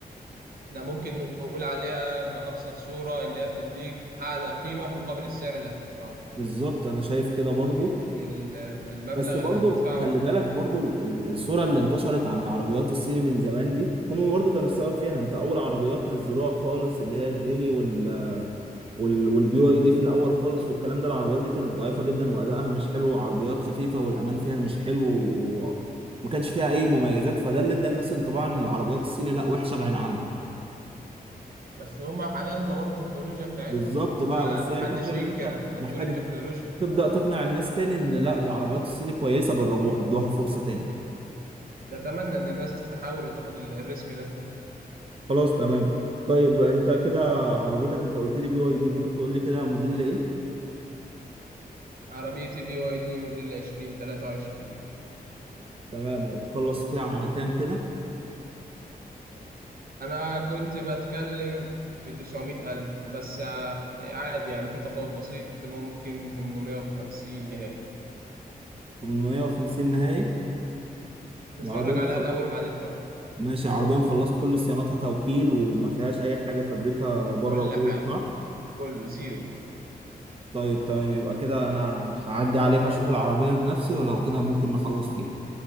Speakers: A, on the right; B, on the right.
A: احنا ممكن نقول عليها بأبسط صورة إن هي بتديك أعلى قيمة مقابل السعر اللي هتدفعه
B: بالظبط أنا شايف كده برضو
A: لأن ال- المبلغ
B: بس برضو
A: اللي هتدفعه
B: خلي بالك برضو ال- ال- الصورة اللي انتشرت عن العربيات الصيني من زمان دي هم برضو كانوا السبب فيها انت أول عربيات نزلوها خالص اللي هي الجيلي وال وال والبي واي دي في الاول خالص والكلام ده العربيات دي كانت ضعيفه جدا وادائها مش حلو وعربيات خفيفه والامان فيها مش حلو وما كانش فيها اي مميزات فده اللي ادى الناس انطباع ان العربيات الصيني لا وحشه بعيد عنها
A: بس هما حاليا طوروا التكنولوجيا بتاعتهم
B: بالظبط بقى
A: ما
B: بس
A: محدش
B: هي الفكره ان
A: ينكر
B: انت
A: تطوير
B: محتاج
A: التكنولوجيا
B: تبدا تقنع الناس تاني ان لا العربيات الصيني كويسه جربوها ادوها فرصه تاني
A: نتمنى إن الناس تحاول وتاخد ال- الريسك ده
B: خلاص تمام طيب انت كده عربيتك انت قلت لي بي واي دي ممكن تقول لي كده موديل ايه
A: عربيتي بي واي دي موديل عشرين تلاتة وعشرين
B: تمام وهتخلص فيها على كام كده
A: أنا كنت بتكلم في تسعمية ألف بس آه، عادي يعني في تفاوض بسيط ممكن تمنمية وخمسين نهائي
B: 850 نهائي
A: تتفرج
B: العربية
A: عليها الأول وبعدين تحكم
B: ماشي عربية مخلصة كل صياناتها توكيل وما فيهاش أي حاجة فابريكا بره
A: كل
B: وجوه
A: حاجة
B: صح؟
A: كله زيرو
B: طيب تمام يبقى كده أنا هعدي عليك أشوف العربية بنفسي ولو كده ممكن نخلص فيها